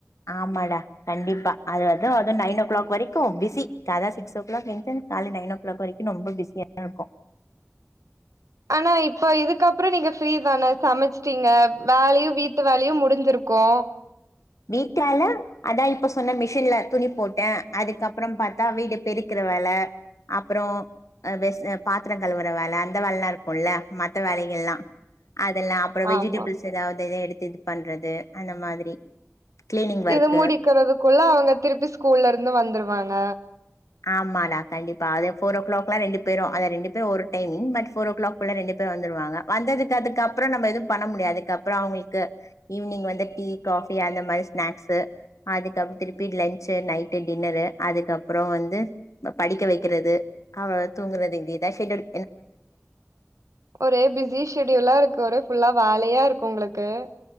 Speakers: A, on the left; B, on the right.
A: ஆமாடா கண்டிப்பா அது அதுவு நயன் ஓ கிளாக் வரைக்கு பிஸி காலைல சிக்ஸ் ஓ கிளாக் எந்திருச்சு காலைல நயன் ஓ கிளாக் வரைக்கு ரொம்ப பிஸியா தா இருக்கு
B: ஆனா இப்ப இதுக்கப்புறோ நீங்க ஃப்ரீ தானே சமைச்சிட்டீங்க வேலையு வீட்டு வேலையு முடிஞ்சிருக் கோ
A: வீட்டால அதா இப்ப சொன்ன மிஷின்ல துணி போட்டே அதுக்கப்புறம் பார்த்தா வீடு பெருக்கற வேல அப்புறோ ஆ பாத்திரோ கழுவுற வேல அந்த வேலைலா இருக்கும்ல மத்த வேலைகள்லா அதெல்லா அப்புறோ வெஜிடபிள்ஸ்
B: ஆமா
A: ஏதாவதுருந் எடுத்து இது பண்றது அந்த மாதிரி கிளீனிங் ஒர்க்கு
B: இது மூடிக்கிறதுக்குள்ள அவங்க திருப்பி ஸ் ஸ்கூல்ல இருந்து வந்துருவாங்க
A: ஆமாடா கண்டிப்பா அது ஃபோரோக்கிளாக்ல்லா ரெண்டு பேரு அத ரெண்டு பேரு வொரு டைமிங் பட் ஃபொரோர் ஓ கிளாக்ள்ள ரெண்டு பேரு வந்துருவாங்க வந்ததுக்கு அதுக்கப்புற நம்ம எதுவு பண்ண முடியாது அதுக்கப்புறோ அவங்களுக்கு ஈவினிங் வந்து டீ காஃபி அந்த மாதிரி ஸ்நாக்ஸு அதுக்கப்புறோ திருப்பி லன்ச்சு நைட்டு டின்னரு அதுக்கப்புறோ வந்து து படிக்க வைக்கிறது அவ தூங்கறது இதே ஏதாச் செஞ்சடி
B: ஒரே பிஸி ஷெடியூல்லா இருக்கு ஒரே ஃபுல்லா வேழயா இருக்கு உங்களுக்கு ட்டு